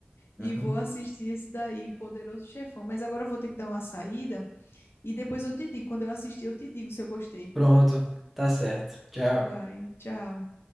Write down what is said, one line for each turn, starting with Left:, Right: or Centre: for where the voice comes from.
Left: e
Centre: Uhum.
Left: vou assistir esse daí, Poderoso Chefão. Mas agora eu vou ter que dar uma saída e depois eu te digo. Quando eu assistir, eu te digo se eu gostei, viu?
Centre: Pronto, tá certo. Tchau.
Left: Vai, tchau.